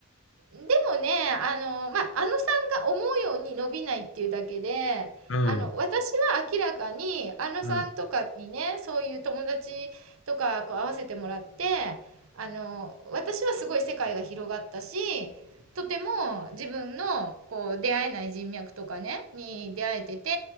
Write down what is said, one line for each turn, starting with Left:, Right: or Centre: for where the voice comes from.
Right: でもね、あの、ま、ああのさんが思うように伸びないっていうだけで、
Left: うん。
Right: あの、私は明らかに、あのさんとかにね、
Left: うん。
Right: そういう友達とかこう合わせてもらって、あの、私はすごい世界が広がったし、とても自分のこう出会えない人脈とかね、に出会えてて、